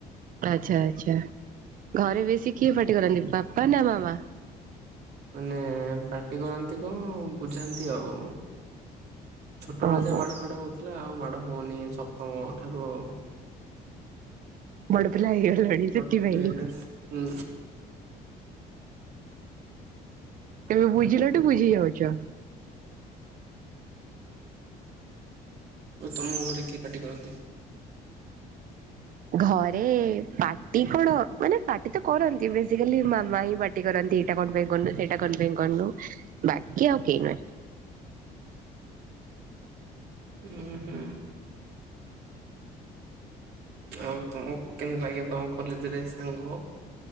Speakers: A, on the right (about 55°); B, on the right (about 70°).
A: ଆଛା ଆଛା ଘରେ ବେଶୀ କିଏ ପାଟି କରନ୍ତି ବାପା ନା ମାମା?
B: ମାନେ ପାଟି କରନ୍ତି କୁ ବୁଝାନ୍ତି ଆଉ। ଛୋଟବେେଳେ
A: ଓହୋ
B: ଯା ମାଡ ଫାଡ ହଉଥିଲା ଆଉ ମାଡ ହଉନି ସପ୍ତମ ଠାରୁ ଆଉ।
A: ବଡ଼ପିଲା ହେଇଗଲଣି
B: ବଡ
A: ସେଥିପାଇଁ।
B: ପିଲା ହେଇଗଲେଣି ହୁଁ
A: ଏବେ ବୁଝିଲାଠୁ ବୁଝି ଯାଉଚ?
B: ତମ ଘରେ କିଏ ପାଟି କରନ୍ତି?
A: ଘରେ ପାଟି କଣ ମାନେ ପାଟି ତ କରନ୍ତି ବେସିକାଲି ମାମା ହିଁ ପା କରନ୍ତି ଏଇଟା କଣ ପାଇଁ କରନୁ ସେଇଟା କଣ ପାଇଁ କରନୁ ବାକି ଆଉ କେଇ ନାହିଁ।
B: ଉଁ ହୁଁ। ଆଉ ତମକୁ କେମତି ଲାଗେତମ କଲେଜରେ ସାଙ୍ଗ?